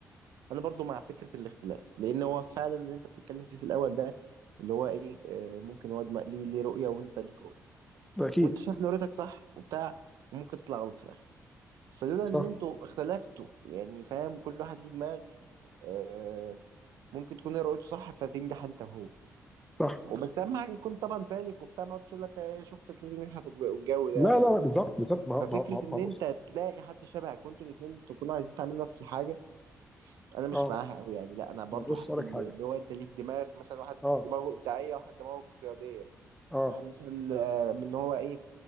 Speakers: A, on the right; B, in the centre.
A: أنا برضه مع فكرة الاختلاف لأن هو فعلا اللي أنت بتتكلم فيه في الأول ده اللي هو إيه آه، ممكن واد ما- ليه ليه رؤية وأنت ليك رؤية
B: اكيد
A: وأنت شايف إن رؤيتك صح وبتاع وممكن تطلع غلط في الآخر فلولا
B: صح
A: إن أنتوا اختلفتوا يعني فاهم كل واحد ليه دماغ آه، ممكن تكون هي رؤيته صح فتنجح أنت وهو
B: صح
A: وبس أهم حاجة يكون طبعا سالك وبتاع ما تقول لك آه، شوف فكرتي نجحت والجو ده
B: لا لا لا بالظبط بالظبط ما
A: ففكرة
B: ما ما
A: إن
B: ما بص
A: أنت تلاقي حد شبهك وأنتوا الاتنين تكونوا عايزين تعملوا نفس الحاجة أنا مش
B: اه
A: معاها أوي يعني لأ أنا برضو
B: ما بص
A: أحب
B: لك
A: ال-
B: حاجه
A: اللي هو أنت ليك دماغ مثلا واحد
B: اه
A: دماغه إبداعية واحد دماغه قيادية
B: اه
A: واحد مثلا آه، من إن هو إيه